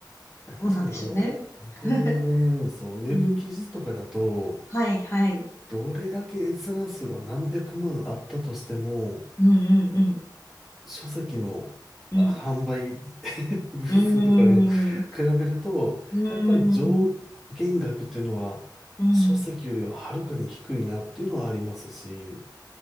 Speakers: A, in the centre; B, on the left (about 35°).
A: 確かに、
B: どうなんでしょうね。
A: あの、僕の、
B: <laughs>
A: そのウェブ記事とかだと、
B: うん、はい、はい。
A: どれだけ閲覧数が何百万あったとしても、
B: うん、うん、うん。
A: 書籍のあ販売
B: うん、
A: <laughs> 部数とかでも比べると、
B: うん、うん、うん。
A: やっぱり上限額っていうのは
B: うん
A: 書籍よりははるかに低いなっていうのはありますし、